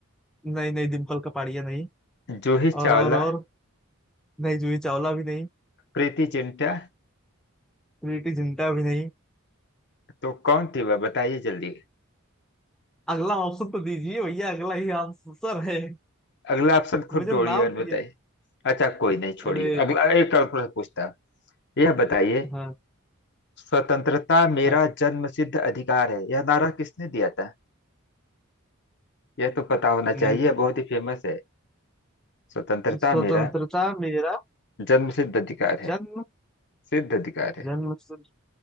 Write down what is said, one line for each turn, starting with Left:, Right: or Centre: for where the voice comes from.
Centre: नहीं नहीं डिम्पल कपाड़िया नहीं
Left: जूही
Centre: और
Left: चावला
Centre: और और नहीं जूही चावला भी नहीं
Left: प्रीति जिंटा
Centre: प्रीति जिंटा भी नहीं
Left: तो कौन थी वह बताइए जल्दी
Centre: अगला ऑप्शन तो दीजिए भैया अगला ही आंसर है
Left: अगला ऑप्शन खुद
Centre: मुझे
Left: ढूंढिए
Centre: नाम
Left: और
Centre: नहीं
Left: बताइए
Centre: है
Left: अच्छा कोई नहीं
Centre: अरे
Left: छोड़िए अगला एक और प्रश्न पूछता हूँ। यह बताइए
Centre: हाँ
Left: स्वतंत्रता मेरा
Centre: हाँ
Left: जन्मसिद्ध अधिकार है यह नारा किसने दिया था यह तो पता
Centre: हम्म,
Left: होना चाहिए बहुत ही फेमस है स्वतंत्रता
Centre: स्वतंत्रता
Left: मेरा
Centre: मेरा
Left: जन्मसिद्ध अधिकार है
Centre: जन्म
Left: सिद्ध अधिकार है
Centre: जन मतलब